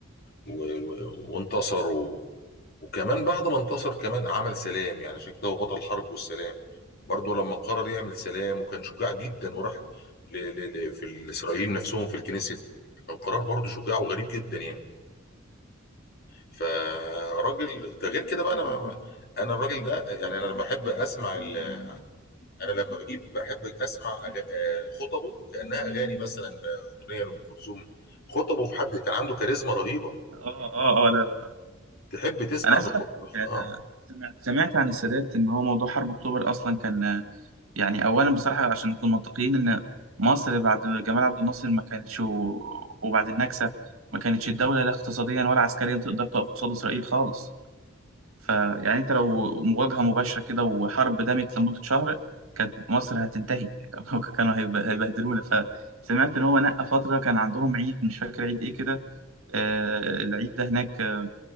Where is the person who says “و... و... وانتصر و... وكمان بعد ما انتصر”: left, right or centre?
Left